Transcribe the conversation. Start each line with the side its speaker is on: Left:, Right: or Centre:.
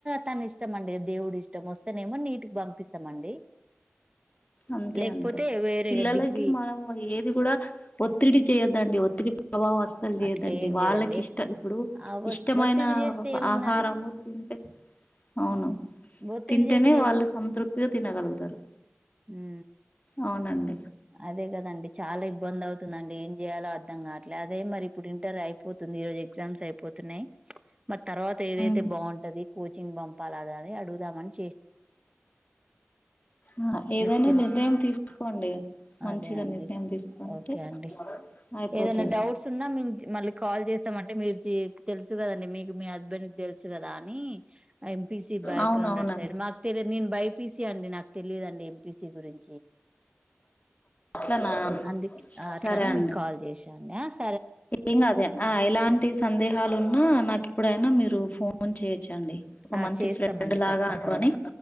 Right: తని ఇష్టం అండి దేవుడు ఇష్టం వస్తేనే ఏమో నీటికి పంపిస్తామండి
Left: అంతే
Right: లేకపోతే
Left: అంతే
Right: వేరే
Left: పిల్లలకి
Right: డిగ్రీ
Left: మనం ఏది కూడా ఒత్తిడి చేయొద్దండి ఒత్తిడి ప్రభావం అస్సలు చేయదండి
Right: అట్లా ఏం
Left: వాళ్ళకి
Right: లేదండి
Left: ఇష్ట ఇప్పుడు
Right: ఆ ఒ
Left: ఇష్టమైన
Right: ఒత్తిడి చేస్తే ఏముందండి
Left: ఆహారము తింటే అవును
Right: ఒత్తిడి
Left: తింటేనే
Right: చేస్తే
Left: వాళ్ళు సంతృప్తిగా తినగలుగుతారు
Right: ఊ
Left: అవునండి
Right: అదే అండి చాలా ఇబ్బంది అవుతుందండి ఏం చేయాలో అర్థం కా అదే మరి ఇప్పుడు ఇంటర్ అయిపోతుంది ఈ రోజు ఎగ్జామ్స్ అయిపోతున్నా్ మ తర్వాత ఏదైతే
Left: హ్మ్.
Right: బాగుంటది కోచింగ్ పంపాలు ఆడదని అడుదామంట
Left: ఆ ఏదైనా
Right: మీకు తెలిసి
Left: నిర్ణయం తీసుకోండి మంచిగా
Right: అదే అండి
Left: నిర్ణయం తీసుకుంటే
Right: ఓకే అండి
Left: అయిపోతుంది
Right: ఏదైనా డౌట్స్ ఉన్నా మించి మల కాల్ చేస్తామంటే మీరు జే తెలుసు కదండి మీకు మీ హస్బెండ్ కి తెలుసు కదా అని ఎంపీసి బ్యాక్
Left: అవునవునండి
Right: గ్రౌండ్ అట్సైడ్ మాకు తెలిదు నేను బైపీ అండి నాకు తెలియదండి ఎంపీసీ గురిం
Left: అట్లనా
Right: అందుకే అట్లానే
Left: సరే అండి
Right: మీకు కాల్ చేసా ఆ
Left: ఏం కాదే ఎలాంటి సందేహాలు ఉన్నా నాకి ఇప్పుడైనా మీరు ఫోన్ చేయొచ్చండి ఒక
Right: ఆ
Left: మంచి
Right: చేస్తామండి
Left: ఫ్రెండ్ లాగా
Right: తప్పకుండా
Left: అనుకొని